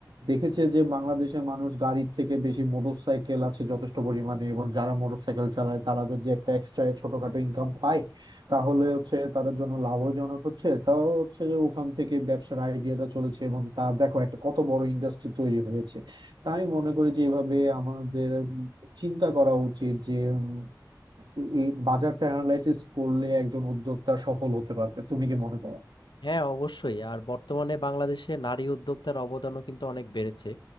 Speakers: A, on the right; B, on the left.
A: দেখেছে যে বাংলাদেশের মানুষ গাড়ির থেকে বেশি মোটর সাইকেল আছে যথেষ্ট পরিমাণে এবং যারা মোটর সাইকেল চালায় তারা যদি একটা এক্সট্রা ছোটখাটো ইনকাম পায় তাহলে হচ্ছে তাদের জন্য লাভজনক হচ্ছে তাও হচ্ছে যে ওখান থেকে ব্যবসার আইডিয়াটা চলেছে এবং তা দেখো একটা কত বড় ইন্ডাস্ট্রি তৈরি হয়েছে তাই আমি মনে করি যে এভাবে আমাদের উম চিন্তা করা উচিত যে উম, এই বাজারটা অ্যানালাইসিস করলে একজন উদ্যোক্তা সফল হতে পারবে তুমি কি মনে করো
B: হ্যাঁ অবশ্যই আর বর্তমানে বাংলাদেশে নারী উদ্যোক্তার অবদানও কিন্তু অনেক বেড়েছে